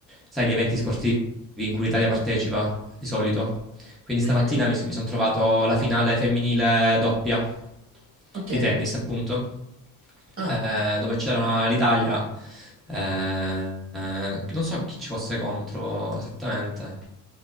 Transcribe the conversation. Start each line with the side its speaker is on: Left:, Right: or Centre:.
Centre: sai, gli eventi sportivi in cui l'Italia partecipa, di solito. Quindi
Right: Mhm,
Centre: stamattina mi, mi sono trovato la finale femminile doppia
Right: Ok,
Centre: di tennis, appunto,
Right: ah,
Centre: eh, dove c'era l'Italia. eh, eh, non so chi ci fosse contro esattamente,